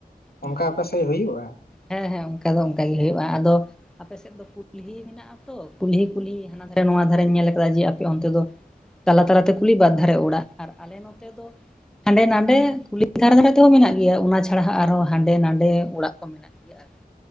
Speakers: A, in the centre; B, on the left (about 80°).
A: ᱦᱩᱸ
B: ᱚᱱᱠᱟ ᱟᱯᱮ ᱥᱮᱫ ᱦᱩᱭᱩᱜᱼᱟ?
A: ᱦᱮᱸ ᱦᱮᱸ ᱚᱱᱠᱟ ᱫᱚ ᱚᱱᱠᱟ ᱜᱮ ᱦᱳᱭᱳᱜᱼᱟ, ᱟᱫᱚ ᱟᱯᱮᱥᱮᱫ ᱫᱚ ᱠᱩᱞᱦᱤ ᱢᱮᱱᱟᱜᱼᱟ ᱛᱚ ᱠᱩᱞᱦᱤ ᱠᱩᱞᱦᱤ <unintelligible> ᱱᱚᱣᱟ ᱫᱷᱟᱨᱮᱧ ᱧᱮᱞ ᱠᱟᱫᱟ ᱡᱮ ᱟᱯᱮ ᱚᱱᱛᱮ ᱫᱚ ᱛᱟᱞᱟ ᱛᱟᱞᱟᱛᱮ ᱠᱩᱞᱤ ᱵᱟᱫ ᱫᱷᱟᱨᱮ ᱚᱲᱟᱜ ᱟᱨ ᱟᱞᱮ ᱱᱚᱛᱮ ᱫᱚ ᱦᱟᱸᱰᱮ ᱱᱟᱰᱮ ᱠᱩᱞᱤ ᱫᱷᱟᱨᱮ ᱫᱷᱟᱨᱮ ᱛᱮᱦᱚᱸ ᱢᱤᱱᱟᱜ ᱜᱮᱭᱟ ᱚᱱᱟ ᱪᱷᱟᱲᱟ ᱟᱨᱦᱚᱸ ᱦᱟᱸᱰᱮ ᱱᱟᱰᱮ ᱚᱲᱟᱜ ᱠᱚ ᱢᱤᱱᱟᱜᱼᱟ᱾ <unintelligible>